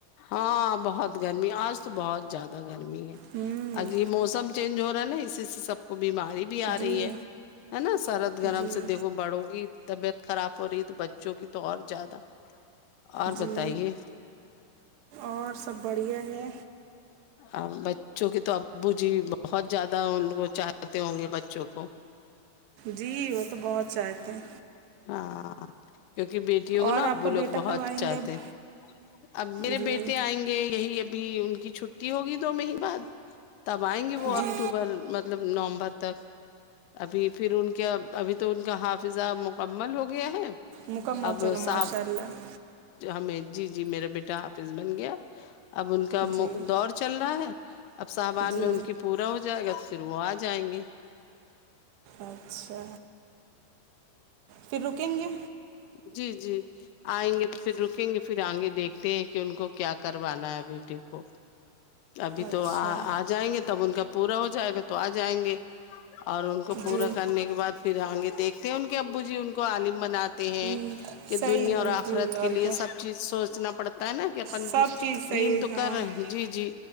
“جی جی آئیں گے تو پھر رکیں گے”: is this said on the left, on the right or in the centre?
Left